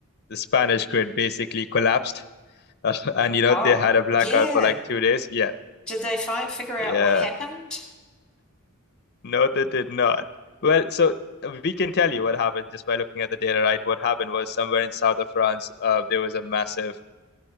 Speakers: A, on the left; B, in the centre.
A: the Spanish grid basically collapsed, <laughs> uh, and you know
B: Oh,
A: they had a blackout
B: yeah.
A: for like two days. Yeah,
B: Did they find figure
A: yeah,
B: out what happened?
A: no, they did not. Well, so we can tell you what happened just by looking at the data, right? What happened was somewhere in south of France, uh, there was a massive